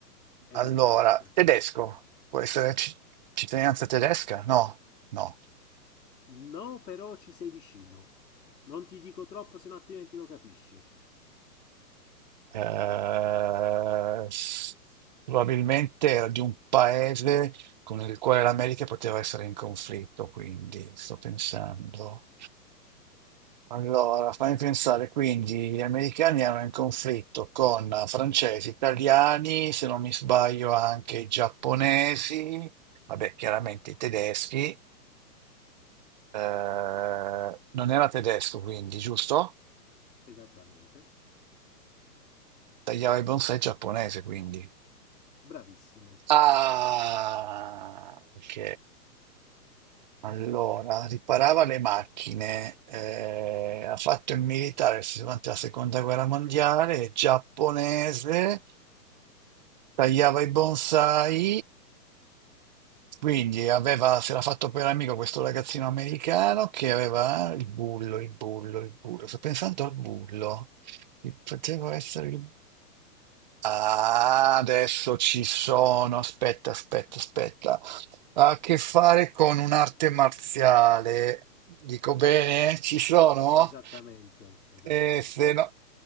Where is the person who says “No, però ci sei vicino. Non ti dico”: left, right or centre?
Left